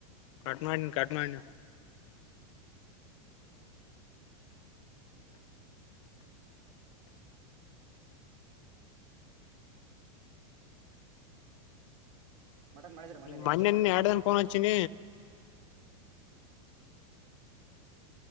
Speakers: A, on the left (about 65°); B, on the right (about 65°).
A: ಕಾಟ್್ಮಡಿನ ಕಾಟ್್ಮಡಿನ
B: ಹ್ಮ್ ಮಟನ್ ಮಾಡಿದ್ರ ಮನೇಲಿ
A: ಹ ಮ್ಣೆ ಎಡು ತಾನೆ ಪನಚನ
B: ಹ್ಮ್